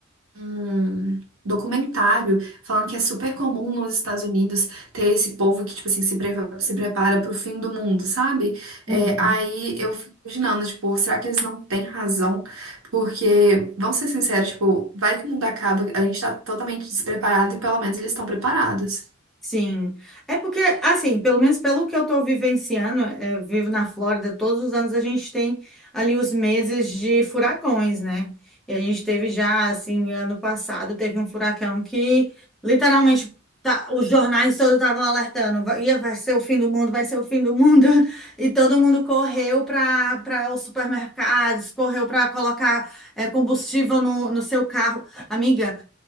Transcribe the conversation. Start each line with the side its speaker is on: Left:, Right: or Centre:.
Right: um documentário falando que é super comum nos Estados Unidos ter esse povo que, tipo assim, se, pre- se prepara pro fim do mundo, sabe?
Centre: Uhum.
Right: É, aí eu fico imaginando, tipo, será que eles não têm razão? Porque, vamos ser sinceros, tipo, vai que o mundo acaba, a gente tá totalmente despreparado e pelo menos eles estão preparados.
Centre: Sim. É porque, assim, pelo menos pelo que eu estou vivenciando, eh, eu vivo na Flórida, todos os anos a gente tem ali os meses de furacões, né? E a gente teve já, assim, ano passado, teve um furacão que literalmente tá- os jornais todos estavam alertando, vai, ia, vai ser o fim do mundo, vai ser o fim do mundo. <laughs> E todo mundo correu para para os supermercados, correu para colocar eh, combustível no, no seu carro. Amiga.